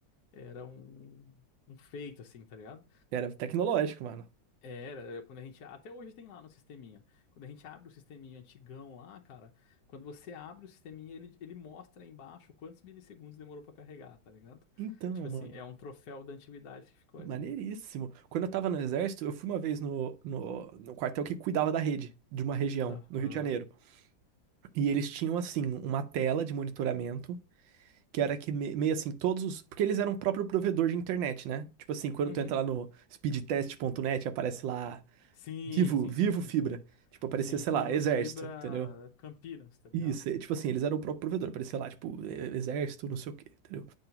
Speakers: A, on the left (about 60°); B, on the right (about 80°).
A: era um, um feito, assim, tá ligado?
B: Era tecnológico, mano.
A: Era, é, quando a gente. Até hoje tem lá no sisteminha. Quando a gente abre o sisteminha antigão lá, cara, quando você abre o sisteminha, ele, ele mostra aí embaixo quantos milissegundos demorou pra carregar, tá ligado?
B: Então,
A: Tipo
B: mano.
A: assim, é um troféu da antiguidade que ficou
B: Maneiríssimo.
A: ali.
B: Quando eu tava no exército, eu fui uma vez no, no, no quartel que cuidava da rede de uma região,
A: Aham.
B: no Rio de Janeiro. E eles tinham, assim, uma tela de monitoramento, que era que me- meio assim, todos os. Porque eles eram o próprio provedor de internet, né? Tipo assim, quando
A: Uhum.
B: tu entra lá no speedtest.net, aparece lá,
A: Sim,
B: vivo,
A: sim,
B: vivo
A: sim, sim,
B: fibra.
A: sim.
B: Tipo, aparecia,
A: Sim,
B: sei
A: Vivo
B: lá, exército,
A: Fibra
B: entendeu?
A: Campinas, tá ligado?
B: Isso, é, tipo assim, eles eram o próprio provedor, aparecia lá, tipo, e- exército, não sei o quê, entendeu?